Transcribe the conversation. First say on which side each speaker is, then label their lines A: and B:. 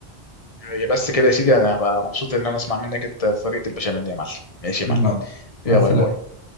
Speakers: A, on the left (about 35°); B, on the left (about 70°).
A: هي بس كده يا سيدي انا هبقى مبسوط ان انا اسمع منك الت- طريقه البشاميل يا معلم ماشي يا
B: يلا
A: معلم يلا
B: مع السلامه
A: باي باي